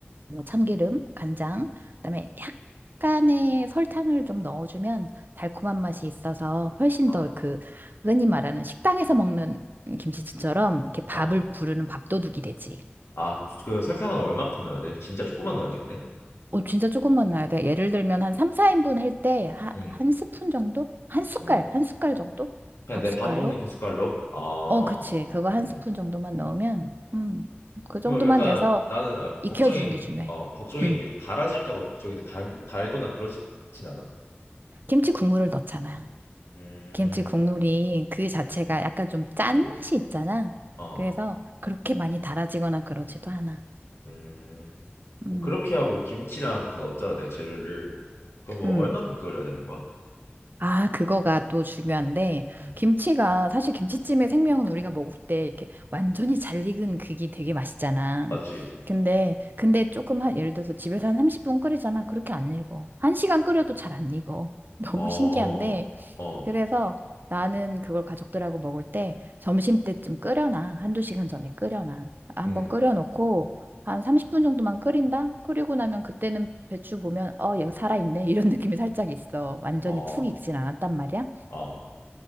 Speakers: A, on the right; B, on the left.
A: 뭐 참기름, 간장, 그다음에 약간의 설탕을 좀 넣어주면 달콤한 맛이 있어서 훨씬
B: 아,
A: 더 그 흔히 말하는 식당에서 먹는 김치찌처럼 이렇게 밥을
B: 아,
A: 부르는 밥도둑이 되지.
B: 아, 그 설탕은 얼마큼 넣어야 돼? 진짜 조금만 넣어야겠네.
A: 어, 진짜 조금만 넣어야 돼. 예를 들면 한 3, 4인분 할 때
B: 음,
A: 한 스푼 정도? 한 숟갈,
B: 음,
A: 한 숟갈 정도?
B: 그냥
A: 밥
B: 내
A: 숟갈로?
B: 밥 먹는 그 숟갈로. 아,
A: 어, 그치. 그거 한
B: 음,
A: 스푼 정도만 넣으면,
B: 어.
A: 음, 그
B: 그러면
A: 정도만
B: 약간
A: 돼서
B: 나는 아,
A: 익혀주는
B: 걱정인,
A: 게 중요해.
B: 어, 걱정인
A: 음,
B: 게 좀 달아질까 봐 걱정인데 달, 달거나 그러진 않아?
A: 김치 국물을 넣잖아.
B: 음,
A: 김치 국물이 그 자체가 약간 좀 짠맛이
B: 음,
A: 있잖아.
B: 어,
A: 그래서 그렇게 많이 달아지거나 그러지도 않아.
B: 음. 그럼
A: 음,
B: 그렇게 하고 김치랑 다 넣었잖아, 내가 재료를. 그럼 뭐
A: 음,
B: 얼마큼 끓여야 되는 거야?
A: 아, 그거가 또 중요한데,
B: 음.
A: 김치가, 사실 김치찜의 생명은 우리가 먹을 때 이렇게 완전히 잘 익은 그게 되게 맛있잖아.
B: 맞지?
A: 근데, 근데 조금 한, 예를 들어서 집에서 한 30분 끓이잖아. 그렇게 안 익어. 한시간 끓여도 잘 안 익어. <laughs> 너무
B: 어,
A: 신기한데,
B: 어,
A: 그래서 나는 그걸 가족들하고 먹을 때 점심 때쯤 끓여놔. 한두 시간 전에 끓여놔. 한번
B: 음,
A: 끓여놓고 한 30분 정도만 끓인다? 끓이고 나면 그때는 배추 보면 어, 얘가 살아있네. 이런 <laughs> 느낌이 살짝 있어. 완전히
B: 어,
A: 푹 익진 않았단 말이야.
B: 어,